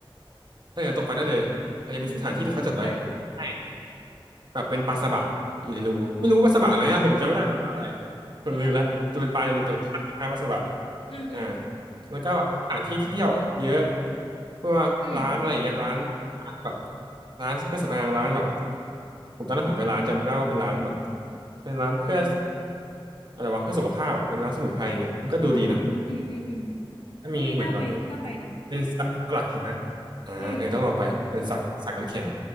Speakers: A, on the right; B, on the left.
A: เออตกปลาได้เลยอาจจะเป็นสถานที่ที่เขาจัดไว้ใช่
B: อืมน่าสนใจ
A: แบบเป็นปลาสบะอยู่ในรูไม่รู้ปลาสบะไหมอะผมจำไม่ได้ปลาอะไร
B: อ๋อ
A: ผมลืมแล้วจะเป็นปลาในรูแต่รสชาติคล้ายๆปลาสบะ
B: เออเอออืมอืม
A: อ่าแล้วก็แบบมีสถานที่ที่เที่ยวอะเยอะพวกร้านอะไรอย่างเงี้ยร้านร้านแบบ
B: อืม
A: ร้านเครื่องสำอางร้านแบบผมตอนนั้นผมไปร้านจำได้ว่าเป็นร้านแบบเป็นร้านเพื่ออะไรวะเพื่อสุขภาพอะเป็นร้านสมุนไพรอย่างเงี้ยมันก็ดูดีนะ
B: อ่าอืมอืมอืม
A: ก็มีเหมือนแบบ
B: เฮ้ยน่าไปน่าไปนะ
A: เป็นสักสลักหิมะอ่าเออต้องลองไปเป็นสักสักน้ำแข็ง
B: อืม